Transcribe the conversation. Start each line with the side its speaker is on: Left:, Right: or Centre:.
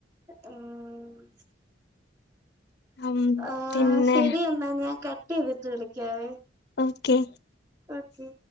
Right: ഉംമ്
Left: ഉം
Right: ആഹ്
Left: പിന്നെ
Right: ശരി എന്നാ ഞാൻ കട്ടെയ്തിട്ട് വിളിക്കാവേ.
Left: Okay
Right: okay